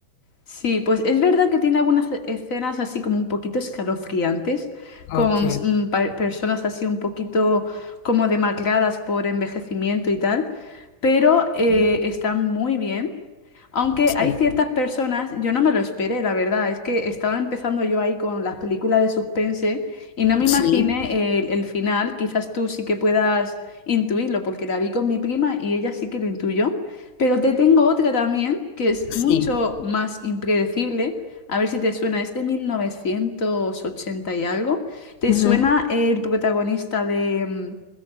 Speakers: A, on the left; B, on the left.
A: Sí, pues es verdad que tiene algunas e- escenas así como un poquito escalofriantes, con
B: ok.
A: mm, pa- personas así un poquito como demacradas por envejecimiento y tal, pero eh,
B: Sí.
A: está muy bien. Aunque
B: Sí.
A: hay ciertas personas, yo no me lo esperé, la verdad, es que estaba empezando yo ahí con las películas de suspense y no me imaginé
B: Sí,
A: el, el final, quizás tú sí que puedas intuirlo, porque la vi con mi prima y ella sí que lo intuyó. Pero te tengo otra también, que es
B: sí.
A: mucho más impredecible. A ver si te suena, es de 1980 y algo. ¿Te
B: Ujú.
A: suena el protagonista de, mm,